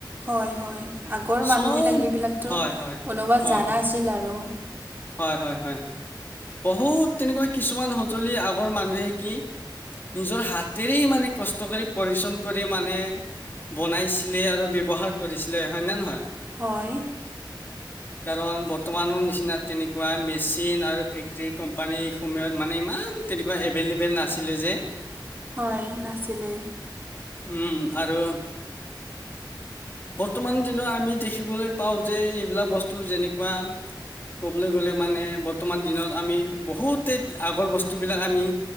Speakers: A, on the right (about 25°); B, on the left (about 25°).
A: হয় হয়। আগৰ
B: চব
A: মানুহবিলাক সেইবিলাকতো
B: হয় হয়
A: বনাব
B: অ
A: জানা আছিল আৰু
B: হয় হয় হয়। বহুত তেনেকুৱা কিছুমান সঁজুলি আগৰ মানুহে কি নিজৰ হাতেৰেই মানে কষ্ট কৰি পৰিশ্ৰম কৰি মানে বনাইছিলে আৰু ব্যৱহাৰ কৰিছিলে হয় নে নহয়?
A: হয়।
B: কাৰণ বৰ্তমানৰ নিচিনা তেনেকুৱা মেচিন আৰু ফেক্টৰী কোম্পানী সময়ত মানে ইমান তেনেকুৱা এভেইলেবল নাছিলে যে।
A: হয় নাছিলে
B: উম, আৰু বৰ্তমান দিনৰ আমি দেখিবলৈ পাওঁ যে এইবিলাক বস্তু যেনেকুৱা ক'বলৈ গ'লে মানে বৰ্তমান দিনত আমি বহুতে আগৰ বস্তুবিলাক আমি